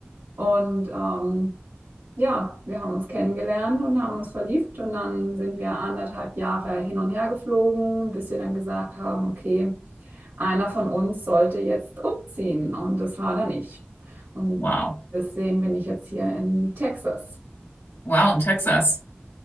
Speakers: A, on the right; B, on the left.
A: Und ähm, ja, wir haben uns kennengelernt und haben uns verliebt und dann sind wir anderthalb Jahre hin und her geflogen, bis wir dann gesagt haben, okay, einer von uns sollte jetzt umziehen. Und das war dann ich. Und
B: Wow.
A: deswegen bin ich jetzt hier in Texas.
B: Wow, in Texas.